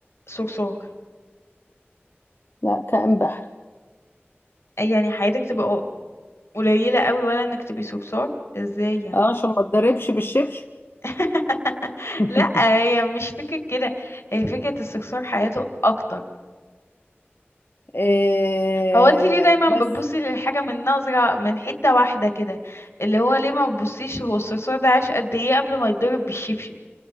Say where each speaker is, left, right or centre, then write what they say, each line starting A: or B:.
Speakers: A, on the left; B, on the left.
A: صرصار
B: لا كائن بحر
A: يعني حياتك تبقى قليلة قوي ولا انك تبقي صرصار ازاي يعني
B: اه عشان ما اتضربش بالشبشب
A: <laughs>
B: <laughs>
A: لا هي مش فكرة كده هي فكرة الصرصار حياته اكتر
B: آه،
A: هو انت ليه دايما
B: بس
A: بتبصي للحاجة من نظرة من حتة واحدة كده اللي هو ليه ما بتبصيش هو الصرصار ده عاش قد ايه قبل ما يتضرب بالشبشب